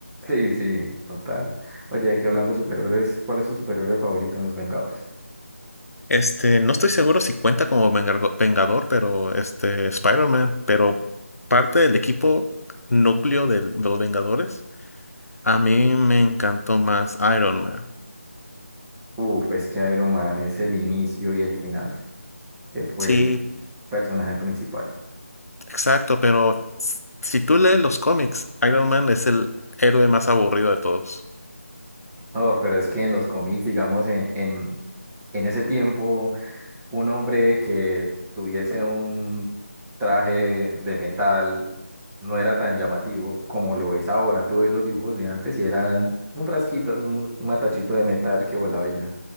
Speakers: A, in the centre; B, on the left.
A: Sí, sí, total. Oye, aquí hablando de superhéroes, ¿cuál es tu superhéroe favorito en Los Vengadores?
B: Este, no estoy seguro si cuenta como vengargo- Vengador, pero este, Spider-Man, pero parte del equipo núcleo del- de, los Vengadores, a mí me encantó más Iron Man.
A: Uf, es que Iron Man es el inicio y el final. eh, fue
B: Sí,
A: el personaje principal.
B: exacto, pero s- si tú lees los cómics, Iron Man es el héroe más aburrido de todos.
A: Oh, pero es que en los cómics, digamos, en, en, en ese tiempo. un hombre que tuviese un traje de metal no era tan llamativo como lo es ahora. Tú ves los dibujos de antes y eran un frasquito, un, un matachito de metal que volaba y ya.